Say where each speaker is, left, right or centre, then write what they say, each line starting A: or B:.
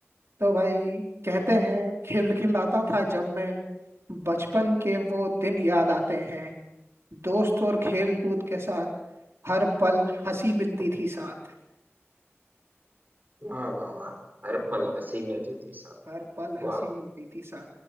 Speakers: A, on the right (about 70°); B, on the right (about 40°).
A: तो भाई कहते हैं खिलखिलाता था जब मैं बचपन के वो दिन याद आते हैं दोस्त और खेल कूद के साथ हर पल हंसी मिलती थी साथ
B: वाह वाह वाह हर पल हंसी मिलती थी साहब
A: हर पल हंसी
B: वाह
A: मिलती थी साथ